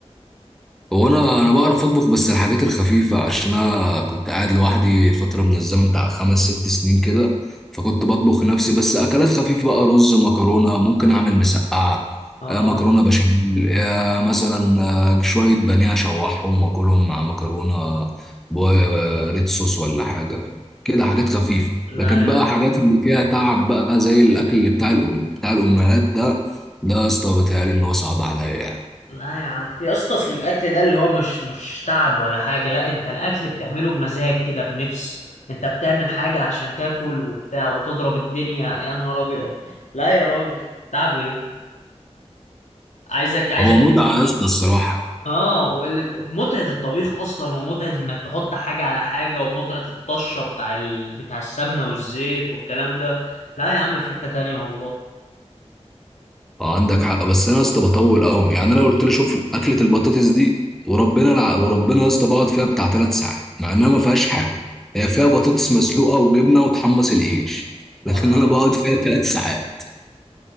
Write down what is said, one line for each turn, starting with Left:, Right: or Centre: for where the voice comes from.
Centre: هو انا انا بعرف اطبخ بس الحاجات الخفيفه عشان انا كنت قاعد لوحدي فتره من الزمن بتاع خمس ست سنين كده فكنت بطبخ لنفسي بس اكلات خفيفه بقى رز مكرونه ممكن اعمل مسقعه
Left: آه
Centre: آه، مكرونه بشاميل آه، مثلا آه، شويه بانيه اشوحهم واكلهم مع مكرونه بو- آه، ريد صوص ولا حاجه ف- كده حاجات خفيفه
Left: لا
Centre: لكن
Left: يا
Centre: بقى حاجات اللي فيها تعب بقى زي الاكل اللي بتاع الأم بتاع الامهات ده ده يا اسطى بيتهيألي ان هو صعب عليا يعني.
Left: لا يا عم يا اسطى اصل الاكل ده اللي هو مش مش تعب ولا حاجه لا انت الاكل بتعمله بمزاج كده بنفس انت بتعمل حاجه عشان تاكل وبتاع وتضرب الدنيا يا نهار ابيض لا يا راجل تعب ايه عايزك عايزك
Centre: هو متعه يا اسطى الصراحه
Left: اه وال- متعه الطبيخ اصلا ومتعه انك تحط حاجه على حاجه ومتعه الطشه بتاع ال... بتاع السمنه والزيت والكلام ده لا يا عم في حته تانية والله
Centre: اه عندك حق بس انا يا اسطى بطول قوي يعني انا لو قلت لي شوف اكله البطاطس دي وربنا الع... وربنا يا اسطى بقعد فيها بتاع ثلاث ساعات مع انها ما فيهاش حاجه هي فيها بطاطس مسلوقه وجبنه وتحمص العيش <laughs> لكن
Left: يا نهار
Centre: انا بقعد
Left: ابيض
Centre: فيها ثلاث ساعات